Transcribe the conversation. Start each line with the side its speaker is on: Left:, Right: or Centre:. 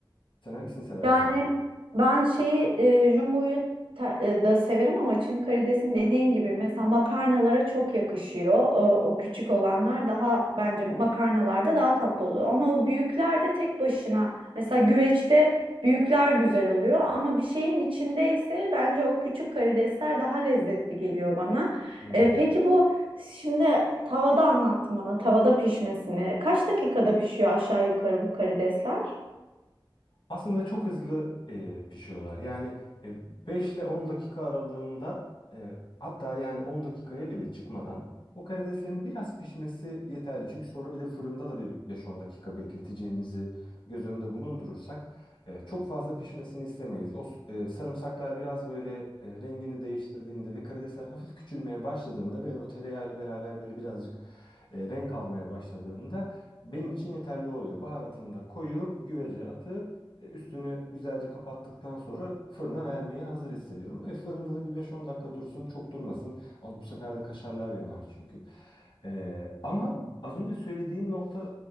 Left: Sen hangisini seversin?
Right: Yani ben şeyi e, jumbo'yu ta- e, da severim ama çim karidesin dediğin gibi mesela makarnalara çok yakışıyor. E, o küçük olanlar daha bence makarnalarda daha tatlı oluyor. Ama o büyükler de tek başına mesela güveçte büyükler güzel oluyor ama bir şeyin içindeyse bence o küçük karidesler daha lezzetli geliyor bana.
Left: Hmm.
Right: E, peki bu şimdi tavada anlattın bana tavada pişmesini. Kaç dakikada pişiyor aşağı yukarı bu karidesler?
Left: Aslında çok hızlı e, pişiyorlar. Yani e, 5 ile 10 dakika aralığında e, hatta yani 10 dakikaya bile çıkmadan o karideslerin biraz pişmesi yeterli. Çünkü sonra bir de fırında da bir beş-on dakika bekleteceğimizi göz önünde bulundurursak e, çok fazla pişmesini istemeyiz. O s- e, sarımsaklar biraz böyle e, rengini değiştirdiğinde ve karidesler hafif küçülmeye başladığında ve o tereyağıyla beraber böyle birazcık e, renk almaya başladığında benim için yeterli oluyor. Baharatını da koyup güvece atıp e, Üstünü güzelce kapattıktan sonra fırına vermeye hazır hissediyorum. E, fırında da bir 5-10 dakika dursun, çok durmasın. Al, bu sefer de kaşarlar yanar çünkü. E, ama az önce söylediğin nokta